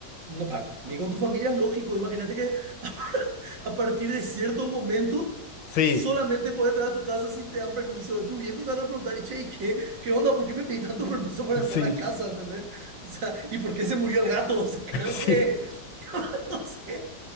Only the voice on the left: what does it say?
Sí,
sí,
<laughs>
sí.